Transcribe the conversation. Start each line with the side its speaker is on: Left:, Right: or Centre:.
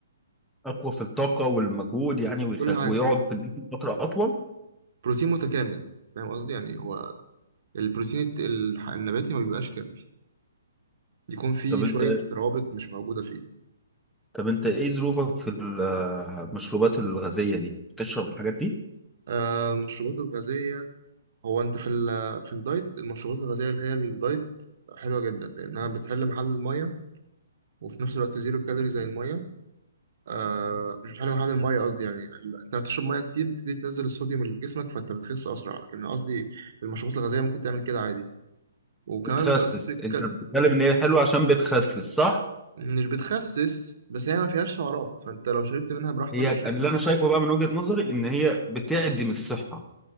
Centre: اقوى في الطاقه والمجهود يعني ويخل...
Right: كل حاجة
Centre: ويقعد في الجسم فتره اطول
Right: بروتين متكامل فاهم قصدي يعني هو البروتين الت- الح- النباتي ما بيبقاش كامل يكون فيه
Centre: طب
Right: شوية
Centre: انت
Right: روابط مش موجودة فيه
Centre: طب انت ايه ظروفك في ال- المشروبات الغازيه دي بتشرب الحاجات دي
Right: آه، المشروبات الغازية هو انت في ال في الدايت المشروبات الغازيه اللي هي الدايت حلوه جدا لانها بتحل محل الميه وفي نفس الوقت زيرو كالوري زي الميه آه مش بتحل محل الميه قصدي يعني ال- انت بتشرب ميه كتير بتبتدي تنزل الصوديوم اللي في جسمك فانت بتخس اسرع لكن قصدي المشروبات الغازيه ممكن تعمل كده عادي وكمان
Centre: بتخسس
Right: بتبقى صفر الكال...
Centre: انت بتتكلم ان هي حلوه عشان بتخسس صح
Right: مش بتخسس بس هي ما فيهاش سعرات فانت لو شربت منها براحتك
Centre: هي
Right: مش
Centre: اللي
Right: هيحصل لك
Centre: انا شايفه
Right: حاجه
Centre: بقى من وجهه نظري ان هي بتعدم الصحه